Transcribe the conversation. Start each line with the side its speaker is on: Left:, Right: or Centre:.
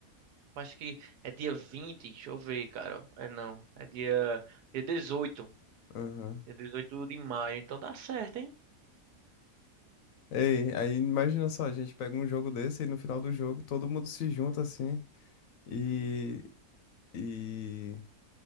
Right: Eu Acho que é dia 20, deixa eu ver, cara. É não, é dia, dia 18,
Left: Aham.
Right: Dia 18 de maio. Então dá certo, hein?
Left: Ei, aí imagina só, a gente pega um jogo desse e no final do jogo todo mundo se junta assim e, e